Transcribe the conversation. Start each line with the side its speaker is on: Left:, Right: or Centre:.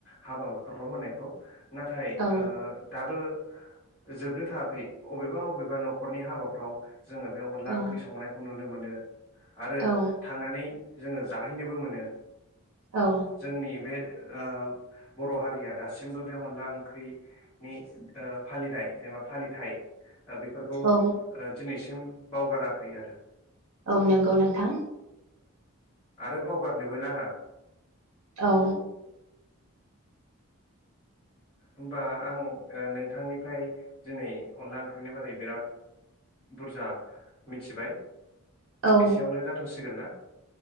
Left: हाबा हुखारफ्राव होनायखौ नाथाय
Right: औ
Left: ओ दाबो जोबनो थाङाखै अबेबा अबेबा न'खरनि हाबाफ्राव जोङो बे अनला
Right: औ
Left: ओंख्रि संनायखौ नुनो मोनो ओ आरो
Right: औ
Left: थांनानै जोङो जाहैनोबो मोनो
Right: औ
Left: जोंनि बे ओ बर' हारिया दासिमबो बे अनला ओंख्रि नि ओ फालिनाय जेनेबा फालिथाय ओ बेफोरखौ
Right: औ
Left: ओ दिनैसिम बावगाराखै आरो ।
Right: औ नंगौ नोंथां ।
Left: आरो बावगारनोबो नाङा ।
Right: औ
Left: होनबा आं ओ नोंथांनिफ्राय दिनै अनला ओंख्रिनि बारै बिराद बुरजा मिथिबाय ।
Right: औ
Left: एसेयावनो जाथ'सिगोन ना? <inaudible>